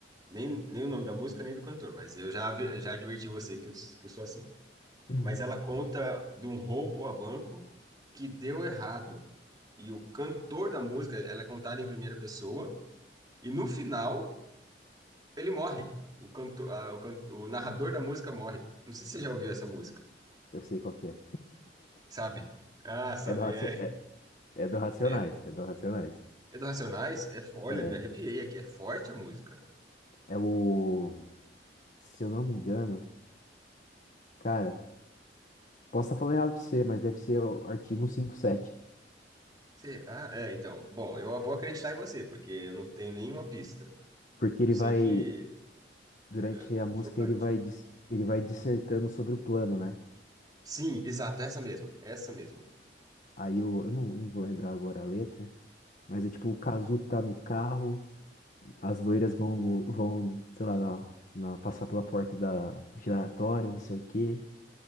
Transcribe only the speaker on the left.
Uhum.
Eu sei qual que é.
É do, Raci-
é, é do Racionais.
É do Racionais.
É.
É o. Se eu não me engano, cara. Posso estar falando errado pra você, mas deve ser o artigo cento e cinquenta e sete,
Porque ele
vai,
durante
a música,
ele vai, dis- ele vai dissertando sobre o plano, né?
Aí eu, eu não, não vou lembrar agora a letra, mas é tipo, o Cazu tá no carro, as loiras vão, vão, sei lá, na- na- passar pela porta da giratória, não sei o quê.